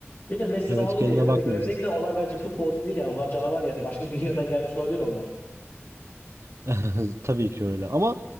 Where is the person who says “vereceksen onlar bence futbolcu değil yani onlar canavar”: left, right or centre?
Left